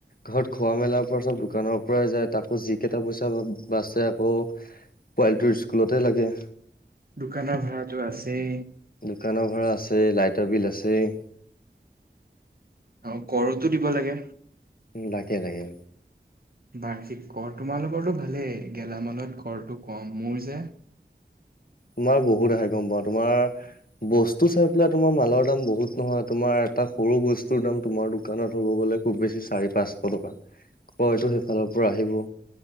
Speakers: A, on the left; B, on the right.
A: ঘৰত খোৱা মেলাবোৰ চব দোকানৰ পৰাই যায়। তাকো যি কেইটা পইচা বাছে আকৌ পোৱালিটোৰ স্কুলতে লাগে।
B: দোকানৰ ভাড়াটো আছেই।
A: দোকানৰ ভাৰা আছে, লাইটৰ বিল আছেই।
B: আৰু কৰতো দিব লাগে?
A: উ লাগে, লাগে।
B: বাৰ্ষিক কৰ তোমালোকৰটো ভালেই। গেলামালত কৰটো কম। মোৰ যে
A: তোমাৰ বহুত আহে গম পাও। তোমাৰ বস্তু চাই পেলাই তোমাৰ মালৰ দাম বহুত নহয়। তোমাৰ এটা সৰু বস্তুৰ দাম তোমাৰ দোকানত হ'ব গলে খুব বেছি চাৰি পাঁচশ টকা। কইটো সেইফালৰ পৰা আহিব।